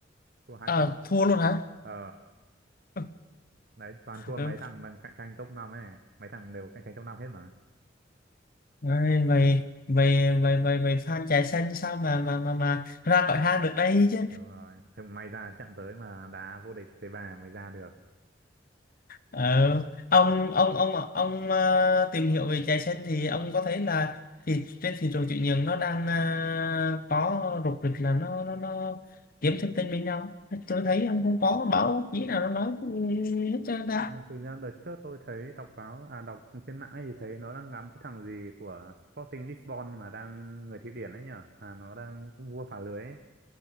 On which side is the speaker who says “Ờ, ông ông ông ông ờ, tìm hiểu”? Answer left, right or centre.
Left